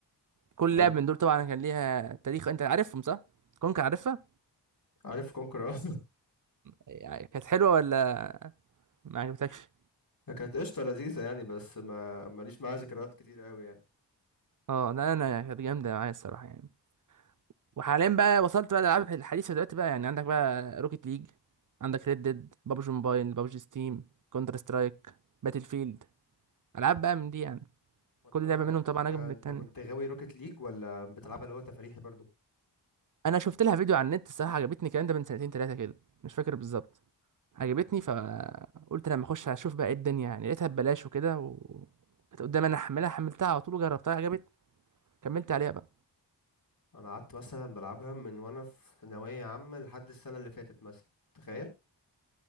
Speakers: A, on the right; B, on the left.
A: كل
B: ايوه
A: لعب من دول طبعا كان ليها تاريخ انت عارفهم صح كونكر عارفها
B: عارف كونكر اه
A: يعني كانت حلوة ولا ما عجبتكش
B: <laughs> كانت قشطه لذيذه يعني بس ما ماليش معاها ذكريات كتير قوي يعني
A: اه لا انا كانت جامده معايا الصراحه يعني وحاليا بقى وصلت بقى للالعاب الحديثه دلوقتي بقى يعني عندك بقى روكيت ليج عندك ريد ديد بابجي موبايل بابجي ستيم كونتر سترايك باتل فيلد العاب بقى من دي يعني
B: وانت
A: كل لعبه منهم طبعا
B: انت
A: اجمل
B: انت
A: من التانيه
B: كنت غاوي روكيت ليج ولا بتلعبها اللي هو تفريحي برضو
A: انا شفت لها فيديو على النت الصراحه عجبتني الكلام ده من سنتين ثلاثه كده مش فاكر بالظبط عجبتني فقلت لما اخش اشوف بقى ايه الدنيا يعني لقيتها ببلاش وكده و كانت قدامي انا احملها حملتها على طول وجربتها عجبتني كملت عليها بقى
B: انا قعدت مثلا بلعبها من وانا في ثانويه عامه لحد السنه اللي فاتت مثلا تخيل